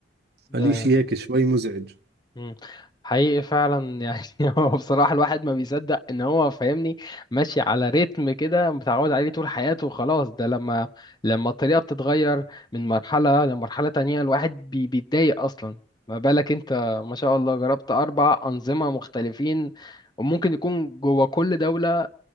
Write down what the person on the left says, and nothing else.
ده
مم. حقيقي فعلا يعني <laughs> هو بصراحة الواحد ما بيصدق ان هو فاهمني ماشي على رتم كده متعود عليه طول حياته وخلاص ده لما لما الطريقة بتتغير من مرحلة لمرحلة تانية الواحد بي بيتضايق اصلا ما بالك انت ما شاء الله جربت اربع انظمة مختلفين وممكن يكون جوه كل دولة